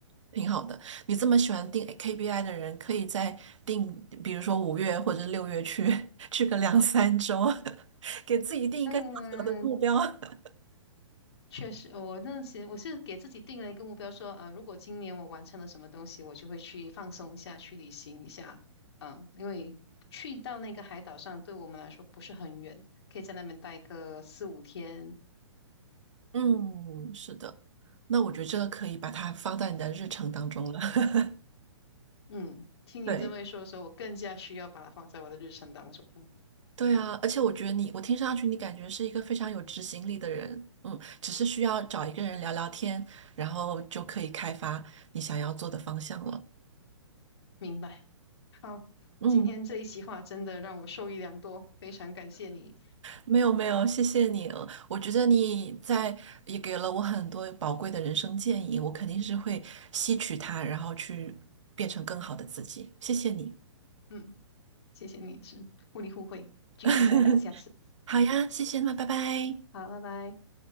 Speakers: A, on the right (about 75°); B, on the left (about 55°).
A: 挺好的。你这么喜欢定 KPI 的人，可以再定，比如说五月或者六月去 <laughs> 去个两三周，<laughs> 给自己定一个小小的目标。
B: 嗯，
A: <laughs>
B: 确实，我那时我是给自己定了一个目标说，呃，如果今年我完成了什么东西，我就会去放松一下，去旅行一下。嗯，因为去到那个海岛上，对我们来说不是很远，可以在那边待个四五天。
A: 嗯，是的。那我觉得这个可以把它放在你的日程当中了。<laughs>
B: 嗯，听你这么一说的时候，
A: 对
B: 我更加需要把它放在我的日程当中。嗯
A: 对啊，而且我觉得你，我听上去你感觉是一个非常有执行力的人，嗯，只是需要找一个人聊聊天，然后就可以开发你想要做的方向了。
B: 明白。好，
A: 嗯，
B: 今天这一席话真的让我受益良多，非常感谢你。
A: 没有没有，谢谢你。呃我觉得你在也给了我很多宝贵的人生建议，我肯定是会吸取它，然后去变成更好的自己。谢谢你。
B: 嗯，谢谢你是互利互惠，继续再聊下次。
A: <laughs> 好呀，谢谢，那拜拜。
B: 好，拜拜。